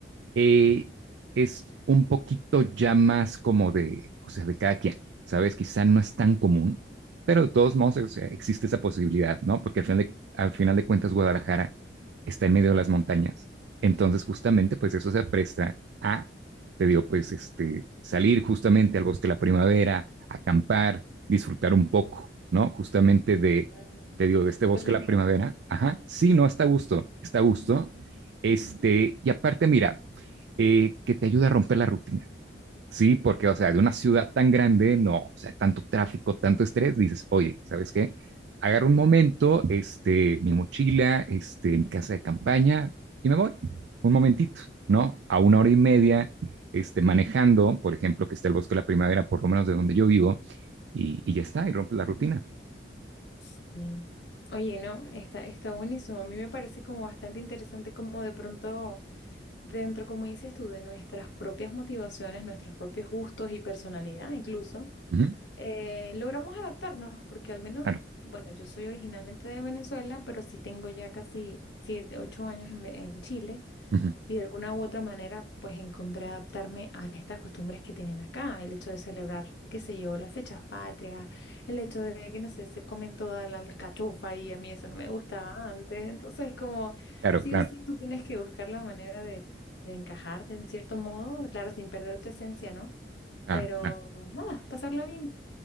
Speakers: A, on the right; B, on the left.
A: eh, es un poquito ya más como de, o sea, de cada quien, ¿sabes? Quizá no es tan común, pero de todos modos, o sea, existe esa posibilidad, ¿no? Porque al final de, al final de cuentas, Guadalajara está en medio de las montañas. Entonces, justamente, pues eso se presta a, te digo, pues este, salir justamente al bosque de la primavera, acampar, disfrutar un poco, ¿no? Justamente de,
B: Ah,
A: te digo, de este bosque
B: Qué rico.
A: de la primavera. Ajá, sí, no, está a gusto, está a gusto.
B: Mm.
A: Este, y aparte, mira, eh, que te ayuda a romper la rutina. Sí, porque, o sea, de una ciudad tan grande, no, o sea, tanto tráfico, tanto estrés, dices, oye, ¿sabes qué? Agarro un momento, este, mi mochila, este, mi casa de campaña y me voy un momentito, ¿no? A una hora y media, este, manejando, por ejemplo, que está el Bosque de la Primavera, por lo menos de donde yo vivo, y, y ya está, y rompe la rutina.
B: Sí. Oye, no, está, está buenísimo. A mí me parece como bastante interesante como de pronto dentro, como dices tú, de nuestras propias motivaciones, nuestros propios gustos y personalidad incluso.
A: Ujú,
B: eh, logramos adaptarnos porque al menos,
A: Claro,
B: bueno, yo soy originalmente de Venezuela, pero sí tengo ya casi siete, ocho años en, Ve- en Chile
A: ujú,
B: y de alguna u otra manera pues encontré adaptarme a estas costumbres que tienen acá, el hecho de celebrar, qué sé yo, las fechas patrias, el hecho de que no sé, se comen toda la alcachofa y a mí eso no me gustaba antes, entonces como
A: claro,
B: sí
A: claro,
B: o sí tú tienes que buscar la manera de, de encajarte en cierto modo, claro, sin perder tu esencia, ¿no?
A: claro,
B: Pero
A: claro.
B: nada, pasarla bien.